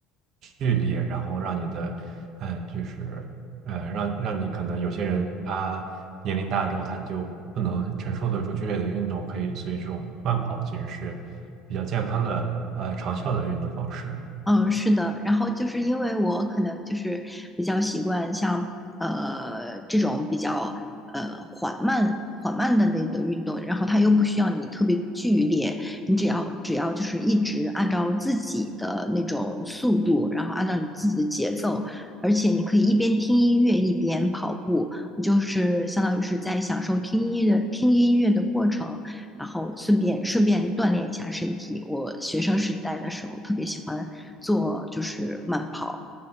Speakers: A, on the right; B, in the centre.
A: 剧烈，然后让你的，呃，就是呃，让让你可能有些人他年龄大之后他就不能承受得住剧烈的运动，可以，所以这种慢跑其实是比较健康的，呃，长效的运动方式。
B: 嗯，是的，然后就是因为我可能就是比较习惯像呃这种比较呃缓慢缓慢的那个运动，然后它又不需要你特别剧烈，你只要只要就是一直按照自己的那种速度，然后按照你自己的节奏，而且你可以一边听音乐一边跑步，我就是相当于是在享受听音乐听音乐的过程，然后顺便顺便锻炼一下身体。我学生时代的时候特别喜欢。做就是慢跑。